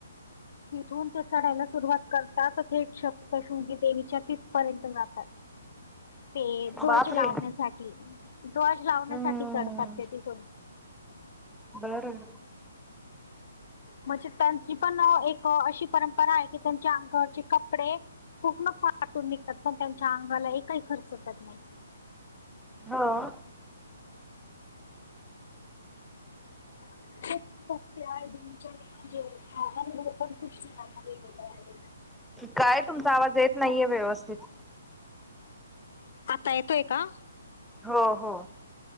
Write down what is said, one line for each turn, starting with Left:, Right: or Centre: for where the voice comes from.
Left: तिथूंन ते चढायलां सुरुवांत करतांत थेटं सप्तशृंगी देवीच्यां तिथंपर्यंतं जातांत ते ध्वजं
Centre: बापरे
Left: लावण्यांसाठी ध्वजं लावण्यांसाठी
Centre: हम्म
Left: चढतातं ते तिथूंन
Centre: बरं
Left: म्हणजे त्यांची पणं एक अशी परंपरा आहे की त्यांच्या अंगावरचे कपडे पूर्णफांटून निघतांत पणं त्यांच्या अंगाला एक कांहीं खर्च टंत नाहीं
Centre: होव
Left: फ म्हणजे पण खूप <unintelligible>
Centre: कायं तुमचां आवांज येतं नाहीये व्यवस्थितं
Left: आता येतोयं कां
Centre: हो हो.